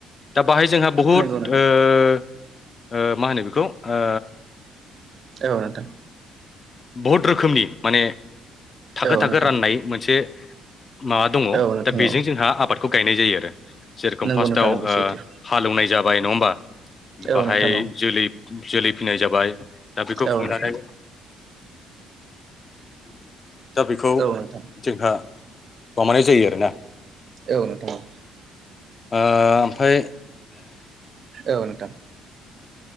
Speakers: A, on the left; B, on the right.
A: दा बाहाय जोंहा बहुद
B: नंगौ नोंथां
A: ओ ओ मा होनो बेखौ ओ
B: औ नोंथां
A: बहुद रोखोमनि माने थाखो
B: औ
A: थाखो
B: नोंथां
A: राननाय मोनसे माबा दङ
B: औ नोंथां
A: दा बेजों
B: औ
A: जोंहा आबादखौ गायनाय जायो आरो जेरोखोम
B: नंगौ
A: फार्स्टआव
B: नोंथां नंगौ सैथो
A: हालेवनाय जाबाय नङा होमबा बाहाय
B: औ नोंथां औ
A: जोलै जोलै फिननाय जाबाय दा बेखौ
B: औ
A: बुनानै
B: नोंथां
A: दा बेखौ
B: औ नोंथां
A: जोंहा अमाया जायो आरोना
B: औ नोंथां
A: ओ ओमफ्राय
B: औ नथां